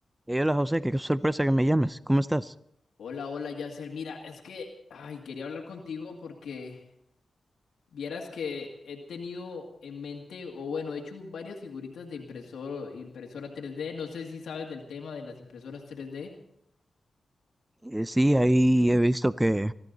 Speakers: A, on the right (about 20°); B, on the left (about 80°).
A: Hey, hola José, qué sorpresa que me llames. ¿Cómo estás?
B: Hola, hola, Yasser. Mira, es que, ay, quería hablar contigo porque vieras que he tenido en mente, o bueno, he hecho varias figuritas de impresor, impresora tres d No sé si sabes del tema de las impresoras tres d
A: Eh, sí, ahí he visto que,